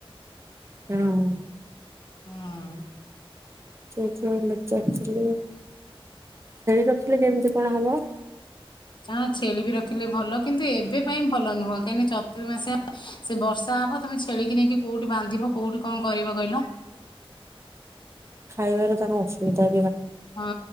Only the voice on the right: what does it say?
ହୁଁ
<unintelligible> ଛେଳି ରଖିଲେ କେମିତି କଣ ହବ?
ଖାଇବାରେ ତାଙ୍କ ଅସବିଧା